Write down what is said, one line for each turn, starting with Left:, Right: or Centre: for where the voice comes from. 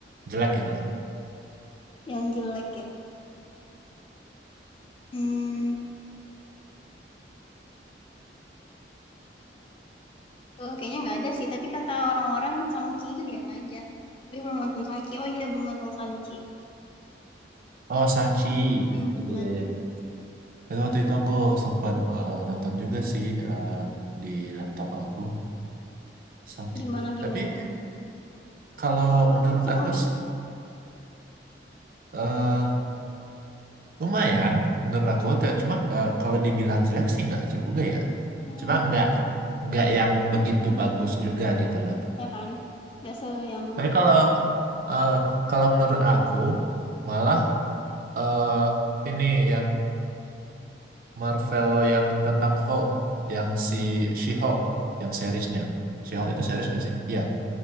Right: jelek gitu lah.
Left: yang jelek ya Hmm, eh, kayaknya nggak ada sih, tapi kata orang-orang Shang-Chi itu biasa aja. Tapi belum nonton Shang-Chi. Oh iya, belum nonton Shang-Chi.
Right: Oh, Shang-Chi.
Left: Hmm, belum
Right: Iya, iya,
Left: nonton.
Right: iya. iya. Itu waktu itu aku sempat eh, nonton juga sih eh, di laptop aku, Shang-Chi.
Left: Gimana
Right: Tapi
Left: gimana tuh?
Right: kalau
Left: Bagus,
Right: menurut
Left: seru
Right: aku
Left: nggak?
Right: sih eh, lumayan. Menurut aku, Te- cuma nggak kalau dibilang jelek sih nggak juga ya.
Left: Hmm,
Right: Cuma nggak nggak yang begitu bagus juga gitu lah.
Left: ya kan? biasa yang
Right: Tapi kalau eh, kalau menurut aku malah eh, ini yang Marvel yang tentang Hulk, yang si She-Hulk, yang seriesnya. She-Hulk itu series nggak sih? Iya,